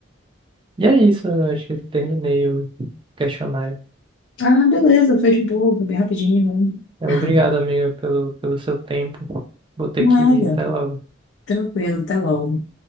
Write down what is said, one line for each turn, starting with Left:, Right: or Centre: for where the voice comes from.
Right: e é isso, eu acho que eu terminei o questionário.
Left: Ah, beleza, foi de boa, foi bem rapidinho. hein?
Right: É,
Left: <laughs>
Right: Obrigado, amigo, pelo, pelo seu tempo. Vou ter
Left: Nada,
Right: que ir até logo.
Left: tranquilo, até logo.